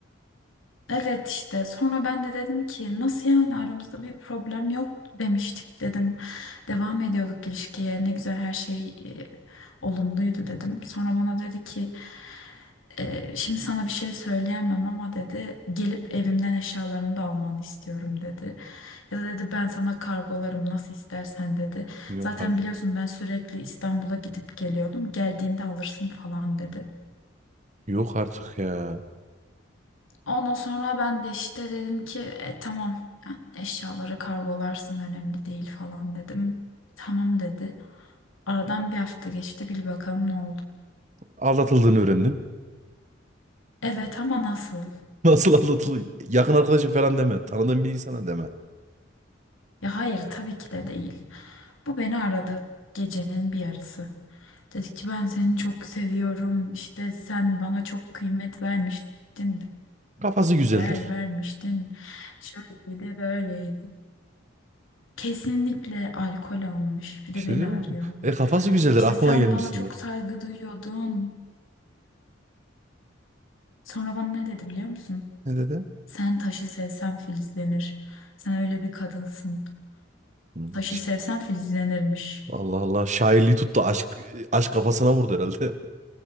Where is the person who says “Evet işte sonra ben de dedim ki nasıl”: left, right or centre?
Left